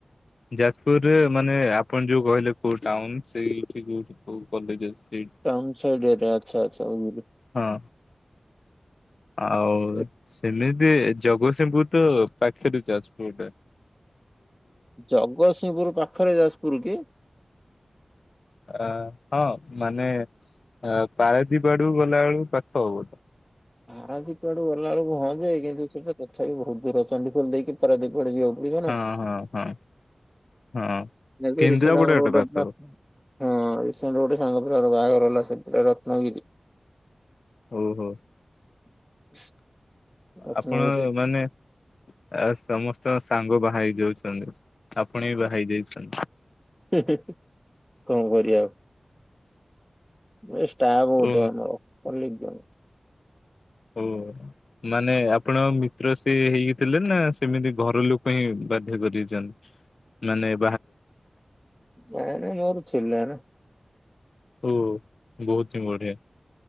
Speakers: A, on the left; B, in the centre.
A: ଯାଜପୁରରେ ମାନେ ଆପଣ ଯୋଉ କହିଲେ କୋଉ ଟାଉନ। ସେଇଠି କୋଉଠି କୋଉ କଲେଜ ସେଇଠି।
B: ଟାଉନ୍ ସାଇଡରେ ଆଛା ଆଛା ବୁଝିଲି।
A: ହଁ। ଆଉ
B: ଏ
A: ସେମିତି ଜଗତସିଂହପୁର ତ ପାଖରେ ଯାଜପୁର ଟା।
B: ଜଗତସିଂହପୁର ପାଖରେ ଯାଜପୁର କି?
A: ଅ ହଁ ମାନେ ଆ ପାରଦୀପ ଆଡକୁ ଗଲାବେଳୁକୁ ପାଖ ହବ ତ।
B: ପାରାଦୀପାଡୁ ଗଲା ବେଳକୁ ହଁଯେ କିନ୍ତୁ ସେଇଟା ତଥାପି ବହୁତ୍ ଦୂର! ଚଣ୍ଡିଖୋଲ ଦେଇକି ପାରଦୀପା ଆଡେ ଯିବାକୁ ପଡିବ ନା।
A: ହଁ ହଁ ହଁ ହଁ।
B: ନାଇ ଯେ
A: କେନ୍ଦ୍ରାପଡା
B: ରିସେଣ୍ଟ ଆମର
A: ଆଡେ
B: ଗୋଟେ
A: ପାଖ
B: ବା ହଁ ରିସେଣ୍ଟ ଗୋଟେ ସାଙ୍ଗ ପିଲାର ବାହାଘର ହେଲା ସେପଟେ ରତ୍ନଗିରି।
A: ଓହୋ।
B: <inaudible> ରତ୍ନଗିରିରେ
A: ଆପଣ ମାନେ ଆଉ ସମସ୍ତଙ୍କ ସାଙ୍ଗ ବାହା ହେଇ ଯାଉଛନ୍ତି ଆପଣ ବି ବାହାଇ ଯାଇଛନ୍ତି
B: କଣ କରିବା ଆଉ ଏ ଷ୍ଟାଫ ଗୋଟେ
A: ଓ
B: ଆମର ଅଲଲିକ ଜଣ
A: ହୁଁ ମାନେ ଆପଣ ମିତ୍ର ସେି ହେଇକିଥିଲେ ନା ସେମିତି ଘର ଲୋକ ହିଁ ବାଧ୍ୟ କରିେଇଛନ୍ତି ମାନେ
B: ଭନ ଜୋରଛିଥିଲା ନା <inaudible>
A: ଓ ବହୁତ ହିଁ ବଢିଆ